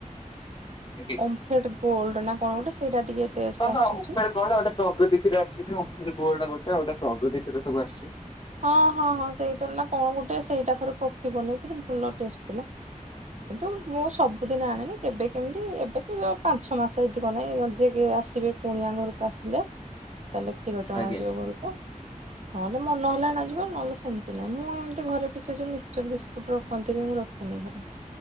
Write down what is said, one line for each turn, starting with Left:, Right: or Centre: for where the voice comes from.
Left: <unintelligible>
Right: ଓମଫେଡ୍ ଗୋଲଡ ନା କଣ ଗୋଟେ। ସେଇଟା ଟିକେ ଟେଷ୍ଟ
Left: ହଁ ହଁ
Right: ଆସୁଛି
Left: ଓମଫେଡ୍ କଣ ଗୋଟେ ପ୍ରଗତି କ୍ଷୀର ଆସ୍ ସେ ବି ଓମଫେଡ୍ ଗୋଲ୍ଡ ଗୋଟେ ପ୍ରଗତି କ୍ଷୀର ସବୁ ଆସିଚି।
Right: ହଁ ହଁ ହଁ ସେଇଥିର ନା କଣ ଗୋଟେ ସେଇଟା ଥରେ କଫି ବନେଇଥିଲି ଭଲ ଟେଷ୍ଟ ଥିଲା। କିନ୍ତୁ ମୁଁ ସବ୍ ସବୁଦିନ ଆଣେନି। କେବେ କେମିତି ଏବେ ତ ଯୋଉ ପାଞ୍ଚ ଛମାସ ଏଇଥିବ ନାହିଁ, ଯିଏ ବି ଆସିବେ କୁଣିଆ ଘରକୁ ଆସିଲେ ତାହେଲେ କ୍ଷୀର ଟେ ଅଣାଯିବ
Left: ଆଜ୍ଞା
Right: ଘରକୁ। ନହେଲେ ମ ନହେଲେ ଆଣାଯିବ ନହେଲେ ସେମତି ନାହିଁ। ମୁଁ ଏମିତି ଘରେ ପି ସେ ଯୋଉ ମିକ୍ସଚର୍ ବିସ୍କୁଟ୍ ରଖନ୍ତି ବି ମୁଁ ରଖିନି ଘରେ।